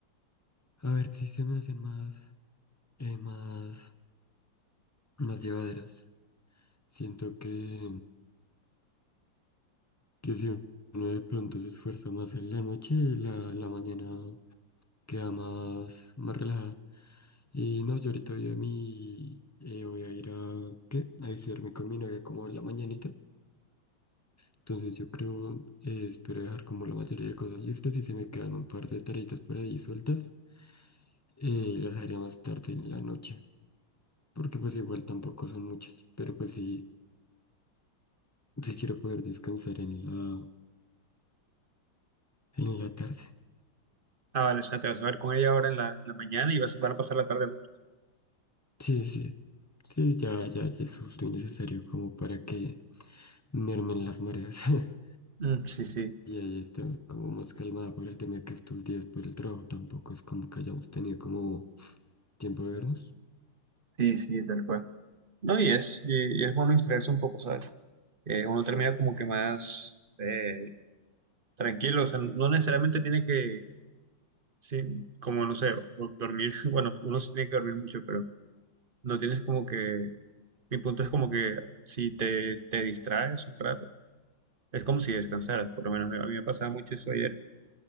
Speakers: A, on the left; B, on the right.
A: a ver si se me hacen más, eh, más, más llevaderas. Siento que, que si uno de pronto se esfuerza más en la noche, la, la mañana queda más, más relajada. Y no, yo ahorita voy a mi... eh, voy a ir a... ¿Qué? A visitarme con mi novia como en la mañanita. Entonces yo creo, eh, espero dejar como la mayoría de cosas listas y se me quedan un par de tareitas por ahí sueltas. eh, y las haré más tarde en la noche. Porque pues igual tampoco son muchas. Pero pues sí, sí quiero poder descansar en la, en la tarde.
B: Ah, vale, o sea, te vas a ver con ella ahora en la, en la mañana y vas, van a pasar la tarde juntos.
A: Sí, sí. Sí, ya, ya, ya es justo y necesario como para que mermen las mareas. <laughs>
B: Mm, sí, sí,
A: Y ahí está como más calmada por el tema de que estos días por el trabajo tampoco es como que hayamos tenido como tiempo de vernos.
B: sí, sí, tal cual. No, y es, y, y es bueno distraerse un poco, ¿sabes? Eh, uno termina como que más eh, tranquilo, o sea, no necesariamente tiene que, sí, como no sé, o dormir, <laughs> bueno, uno sí tiene que dormir mucho, pero no tienes como que, mi punto es como que si te, te distraes un rato, Es como si descansaras, por lo menos a mí me pasaba mucho eso ayer,